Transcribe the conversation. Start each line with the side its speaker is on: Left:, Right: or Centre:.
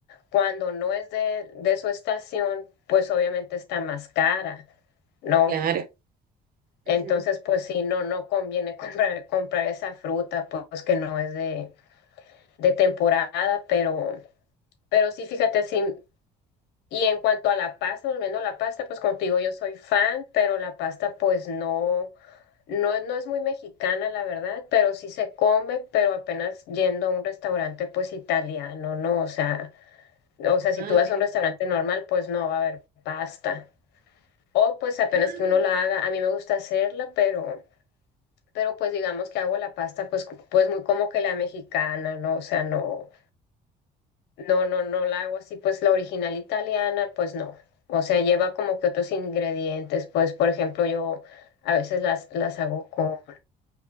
Left: cuando no es de, de su estación, pues obviamente está más cara, ¿no?
Right: Claro. Ujú.
Left: Entonces, pues sí, no, no conviene <laughs> comprar, comprar esa fruta, pues que no es de, de temporada, pero, pero sí, fíjate, sí. Y en cuanto a la pasta, volviendo a la pasta, pues como te digo, yo soy fan, pero la pasta pues no, no, no es muy mexicana, la verdad, pero sí se come, pero apenas yendo a un restaurante pues italiano, ¿no? O sea, o sea, si
Right: Ah,
Left: tú vas
Right: mira.
Left: a un restaurante normal, pues no va a haber pasta. O pues apenas
Right: Ah,
Left: que uno la haga, a mí me gusta hacerla, pero, pero pues digamos que hago la pasta pues, cu- pues muy como que la mexicana, ¿no? O sea, no. No, no, no la hago así, pues la original italiana, pues no. O sea, lleva como que otros ingredientes, pues por ejemplo, yo a veces las, las hago con,